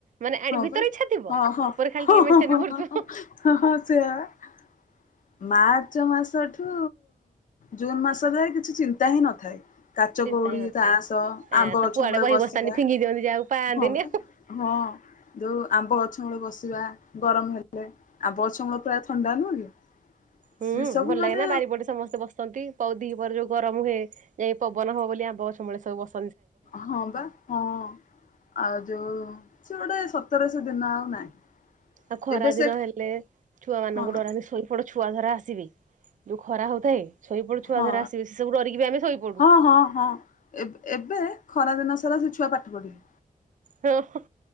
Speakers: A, on the right; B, on the left.
A: ମାନେ ଆ
B: ହଁ
A: ଭିତରେ
B: ବା
A: ଇଛା ଥିବ
B: ହଁ ହଁ
A: ଉପରେ ଖାଲି ଟିକେ
B: ହଁ
A: ମନା
B: ହଁ
A: କରୁଥିବ।
B: ହଁ ହଁ ହଁ ହଁ ସେୟା ପା ମାର୍ଚ୍ଚ ମାସଠୁ ଜୁନ୍ ମାସରେ କିଛି ଚିନ୍ତା ହିଁ ନଥାଏ। କାଚ
A: ଚିନ୍ତା
B: କଉଡି
A: ହିଁ ନଥାଏ।
B: ତାସ
A: ଆ
B: ଆମ୍ବ
A: ତ
B: ଗଛ
A: କୁଆଡେ
B: ମୂଳେ
A: ବହି
B: ବସିବା
A: ବସ୍ତାନି ଫିଙ୍ଗି ଦିଅନ୍ତି ଯାହାକୁ ପାଆନ୍ତିନି
B: ହଁ ବା
A: ଆଉ।
B: ହଁ ଯୋଉ ଆମ୍ବ ଗଛ ମୂଳେ ବସିବା ଗରମ ହେଲେ ଆମ୍ବ ଗଛ ମୂଳ ପୁରା ଥଣ୍ଡା ନୁହଁ କି।
A: ହୁଁ
B: ସେ ସବୁ
A: ଭଲ ଲାଗେ
B: ମାନେ
A: ନା ବାରିପଟେ ସମସ୍ତେ ବସନ୍ତି ପଉଧି ପରେ ଯୋଉ ଗରମ ହୁଏ ଯାଇ ପବନହବ ବୋଲି ଆମ୍ୱ ଗଛ ମୂଳେ ଯାଇ ବସ
B: ହଁ ବା ହଁ। ଆଉ ଯୋଉ ସେ ଗୋଟେ ସତରେ ସେଦିନ ଆଉ ନାହିଁ।
A: ଆଉ ଖରା
B: ଏବେ ସେ
A: ଦିନ ହେଲେ ଛୁଆ ମାନଙ୍କୁ
B: ହଁ ବା
A: ଡରାନ୍ତି ଶୋଇ ପଡ ଛୁଆ ଧରା ଆସିବ ଯୋଉ ଖରା ହଉଥାଏ। ଶୋଇପଡୁ ଛୁଆ
B: ହଁ
A: ଧରା ଆସିବେ ସେ ସବୁ ଡରିକି ବି ଆମେ ଶୋଇପଡୁ।
B: ହଁ ହଁ ହଁ ଏବ ଏବେ ଖରାଦିନ ଛୁଆ ପାଠ ପଢିବେ
A: ହଁ।